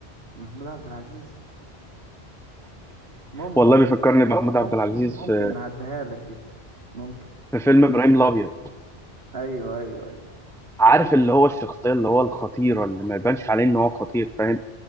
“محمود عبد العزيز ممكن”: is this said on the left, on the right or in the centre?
Right